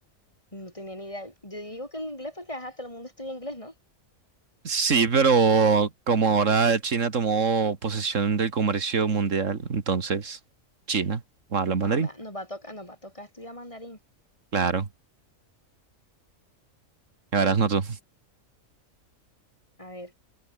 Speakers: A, on the left; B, on the right.
A: No tenía ni idea. Yo digo que el inglés porque ajá, todo el mundo estudia inglés, ¿no?
B: Sí, pero como ahora China tomó posesión del comercio mundial, entonces China habla mandarín.
A: Ah, me- nos va a tocar, nos va a tocar estudiar mandarín.
B: Claro. Ahora no tú.
A: A ver.